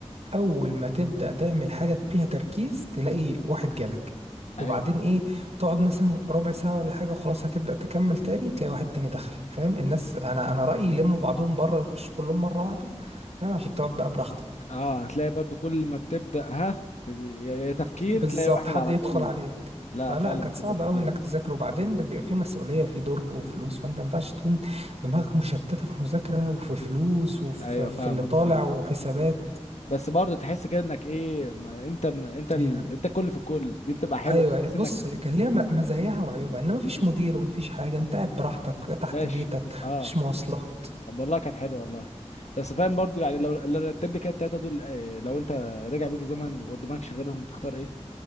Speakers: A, on the right (about 70°); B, on the left (about 75°).
A: أول ما تبدأ تعمل حاجة فيها تركيز تلاقي واحد جالك وبعدين
B: ايوه فاهم
A: إيه تقعد مثلا ربع ساعة ولا حاجة وخلاص هتبدأ تكمل تاني تلاقي واحد تاني دخل فاهم الناس أنا أنا رأيي يلموا بعضهم بره ويخشوا كلهم مرة واحدة فاهم عشان تقعد بقى براحتك
B: اه هتلاقي برضو كل ما بتبدا ها ت- يا يا تفكير
A: بالظبط
B: تلاقي واحد
A: حد
B: على
A: يدخل
B: طول
A: عليك
B: لا
A: فلا
B: فعلا
A: كانت
B: بتبقى
A: صعبة
B: سخيف
A: قوي انك تذاكر وبعدين ده بيبقى فيه مسؤولية في درج وفلوس فانت ما ينفعش تكون دماغك مشتتة في مذاكرة وفي فلوس وفي
B: ايوه
A: في
B: فاهمك
A: اللي طالع
B: فاهم
A: وحسابات
B: بس برضه تحس كده انك ايه ما انت ما انت ال...
A: هي
B: انت الكل في الكل دي بتبقى حلوه
A: ايوه
B: تحس
A: أيوة. بص
B: انك
A: هي كان ليها م- مزاياها وعيوبها ان مفيش مدير ومفيش حاجة انت قاعد براحتك تحت
B: ماشي
A: بيتك
B: اه
A: مفيش مواصلات
B: طب والله كانت حلوه والله بس فاهم برضو يعني لو لو رتب لي كده التلاته دول آه، لو انت رجع بيك الزمن وقدامكش غيرهم تختار ايه